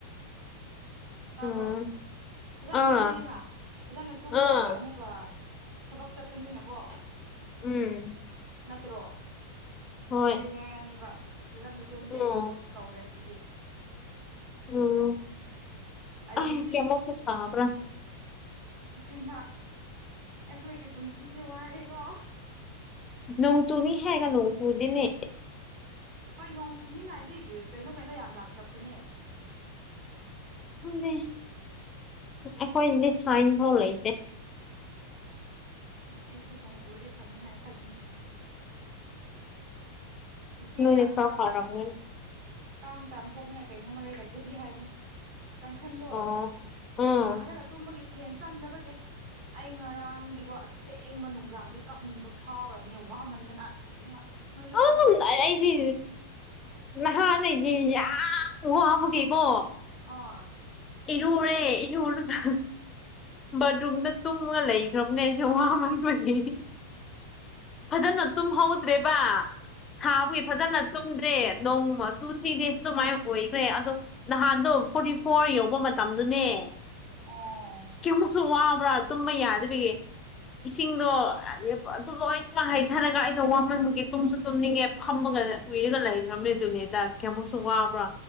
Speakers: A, on the right (about 50°); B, on the left (about 25°).
A: ꯇꯥꯕ꯭ꯔꯣ
B: ꯎꯝ
A: ꯐꯖꯅ
B: ꯑꯥ
A: ꯇꯨꯝꯗꯦꯅ ꯐꯖꯅ ꯇꯨꯝꯗ꯭ꯔꯒ
B: ꯑꯥ
A: ꯑꯃꯨꯛꯀ ꯊꯕꯛ ꯆꯠꯄꯅꯤꯅꯀꯣ
B: ꯎꯝ
A: ꯅꯠꯇ꯭ꯔꯣ
B: ꯍꯣꯏ
A: ꯑꯗꯨꯗꯤ ꯋꯥꯅꯦꯕ ꯐꯖꯅꯁꯨ ꯇꯨꯝꯗꯦ
B: ꯎꯝ
A: ꯊꯕꯛꯁꯨ ꯇꯧꯔꯦ ꯑꯗꯨꯗꯤ
B: ꯎꯝ
A: ꯑꯩꯗꯤ
B: ꯑꯩ ꯀꯩꯃꯨꯛꯁꯨ ꯁꯥꯕ꯭ꯔꯥ
A: ꯏꯃꯥ ꯑꯩꯈꯣꯏꯒꯤ ꯄꯨꯟꯁꯤꯁꯦ ꯋꯥꯏꯑꯦꯀꯣ
B: ꯅꯣꯡ ꯆꯨꯅꯤ ꯍꯥꯏꯒ ꯅꯣꯡ ꯆꯨꯗꯅꯦ
A: ꯍꯣꯏ ꯅꯣꯡ ꯆꯨꯅꯤꯡꯉꯥꯏꯗꯤ ꯀꯩꯅꯣ ꯀꯩꯅꯣ ꯌꯥꯝ ꯂꯥꯛꯈꯔꯄꯥꯅꯦ
B: ꯈꯪꯗꯦ ꯑꯩꯈꯣꯏꯗꯤ ꯁꯥꯏꯟ ꯐꯥꯎ ꯂꯩꯇꯦ
A: ꯑꯩꯁꯨ ꯅꯣꯡ ꯆꯨꯔꯗꯤ ꯐꯅꯤ ꯍꯥꯏꯅ ꯈꯟꯕꯅꯦ ꯏꯆꯦꯅ
B: ꯅꯣꯏꯗꯤ ꯈꯥ
A: ꯀꯥꯡ
B: ꯐꯥꯔꯝꯅꯤ
A: ꯀꯥꯡ ꯇꯥꯟꯊꯣꯛꯅꯤꯡꯉꯥꯏ ꯀꯩꯅꯣꯝꯃ ꯂꯩꯔꯒꯗꯤ ꯍꯥꯏꯕꯅꯦ ꯀꯥꯡꯈꯟꯗꯣ
B: ꯑꯣ ꯎꯝ
A: ꯊꯥꯔꯒ ꯇꯨꯝꯕꯒꯤ ꯐꯦꯟ ꯆꯪꯗꯕꯒꯤ ꯑꯩ ꯉꯔꯥꯡꯗꯤꯀꯣ ꯑꯁꯦꯡꯕ ꯅꯨꯡꯗꯥꯡꯗꯤ ꯀꯞꯅꯤꯡꯕ ꯐꯥꯎꯔꯕꯅꯦ ꯋꯥꯃꯟꯗꯅ ꯑꯁꯦꯡꯕ ꯅꯣꯏꯁꯨ ꯑꯥꯗꯥ
B: ꯎꯝ ꯑꯩꯗꯤ ꯅꯥꯍꯟꯅꯦ ꯌꯥꯝ ꯋꯥꯕꯒꯤꯀꯣ
A: ꯑꯣ
B: ꯏꯔꯨꯔꯦ ꯏꯔꯨꯔꯒ ꯕꯥꯠꯔꯨꯝꯗ ꯇꯨꯝꯒ ꯂꯩꯈ꯭ꯔꯕꯅꯦ ꯑꯩꯁꯦ ꯋꯥꯃꯟꯕꯒꯤ ꯐꯖꯅ ꯇꯨꯝꯍꯧꯇꯗ꯭ꯔꯦꯕ ꯁꯥꯕꯒꯤ ꯐꯖꯅ ꯇꯨꯝꯗ꯭ꯔꯦ ꯅꯣꯡꯃ ꯇꯨ ꯊ꯭ꯔꯤ ꯗꯦꯖ ꯑꯗꯨꯃꯥꯏꯅ ꯑꯣꯏꯈ꯭ꯔꯦ ꯑꯗꯣ ꯅꯍꯥꯟꯗꯣ ꯐꯣꯔꯇꯤ ꯐꯣꯔ ꯌꯧ ꯃꯇꯝꯗꯨꯅꯦ
A: ꯑꯣ
B: ꯀꯌꯥꯃꯨꯛꯁꯨ ꯋꯥꯕ꯭ꯔꯥ ꯇꯨꯝꯕ ꯌꯥꯗꯕꯒꯤ ꯏꯁꯤꯡꯗꯣ ꯑꯗꯨ ꯂꯣꯏꯅꯃꯛ ꯍꯩꯊꯔꯒ ꯑꯩꯅ ꯋꯥꯃꯟꯕꯒꯤ ꯇꯨꯝꯁꯨ ꯇꯨꯝꯅꯤꯡꯉꯦ ꯐꯝꯃꯒ ꯎꯏꯔꯒ ꯂꯩꯈ꯭ꯔꯕꯅꯦ ꯖꯨꯝꯃꯦꯗ ꯀꯌꯥꯃꯨꯛꯁꯨ ꯋꯥꯕ꯭ꯔꯥ